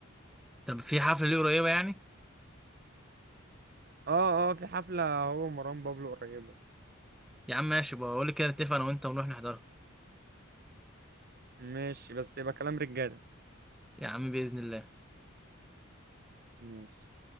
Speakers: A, in the centre; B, on the right.
A: طب في حفلة ليه قريبة يعني
B: اه اه في حفلة هو مروان بابلو قريبة
A: يا عم ماشي بقى قول لي كده نتفق انا وانت ونروح نحضرها
B: ماشي بس يبقى كلام رجالة
A: يا عم بإذن الله
B: ماشي